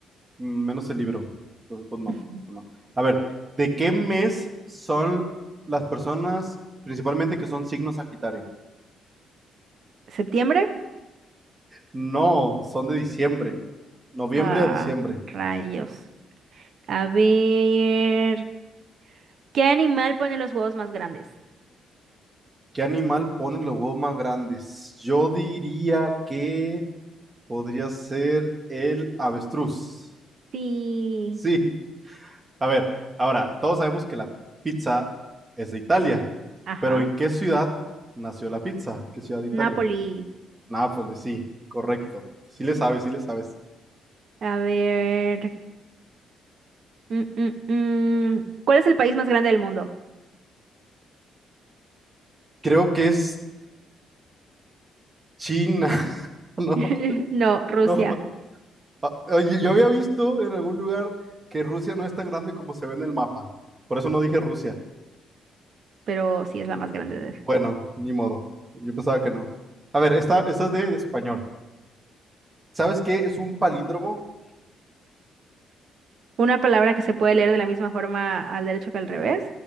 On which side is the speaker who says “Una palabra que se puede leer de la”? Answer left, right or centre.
Right